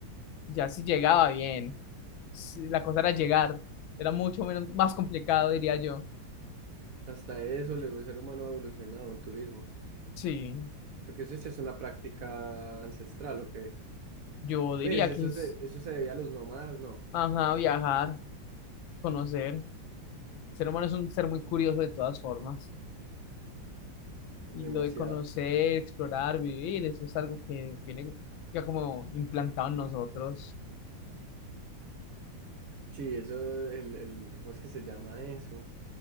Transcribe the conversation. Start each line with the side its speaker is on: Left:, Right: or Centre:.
Left: ya si llegaba bien. Sí, La cosa era llegar. Era mucho menos, más complicado, diría yo.
Right: Hasta eso, el ser humano ha evolucionado, el turismo.
Left: Sí,
Right: Porque eso sí es una práctica ancestral, ¿o qué?
Left: yo diría
Right: Pues eso
Left: que es,
Right: se, eso se debía a los nómadas, no,
Left: ajá, viajar, conocer. El ser humano es un ser muy curioso de todas formas.
Right: demasiado.
Left: Y lo de conocer, explorar, vivir, eso es algo que viene ya como implantado en nosotros.
Right: Sí, eso, el, el, ¿cómo es que se llama eso?